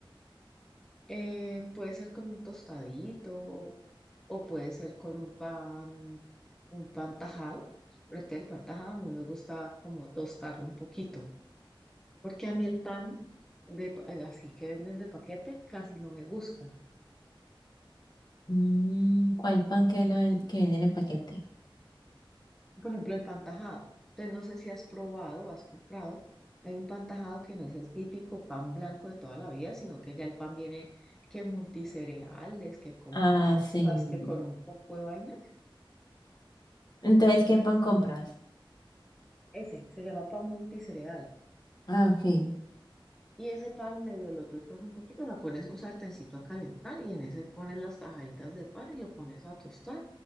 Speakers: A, in the centre; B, on the left.
A: Eh, puede ser con un tostadito o puede ser con un pan, un pan tajado. Pero este el pan tajado a mí me gusta como tostarlo un poquito. Porque a mí el pan de, pa- eh, así que venden de paquete casi no me gusta.
B: Mm, ¿cuál pan que, no ven- que venden en paquete?
A: Por ejemplo, el pan tajado. Entonces, no sé si has probado o has comprado. Hay un pan tajado que no es el típico pan blanco de toda la vida, sino que ya el pan viene que multicereales, que con
B: Ah,
A: pasas,
B: sí.
A: que con un poco de vainas.
B: Entonces, ¿qué pan compras?
A: Ese se llama pan multicereal.
B: Ah, ok.
A: Y ese pan medio lo tostas un poquito, la pones un sartencito a calentar y en ese pones las tajaditas de pan y lo pones a tostar